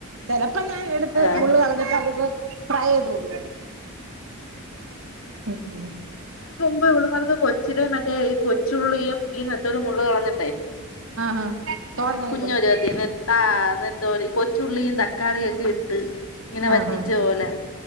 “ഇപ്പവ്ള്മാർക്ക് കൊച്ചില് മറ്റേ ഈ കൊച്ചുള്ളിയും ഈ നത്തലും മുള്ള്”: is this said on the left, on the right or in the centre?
Left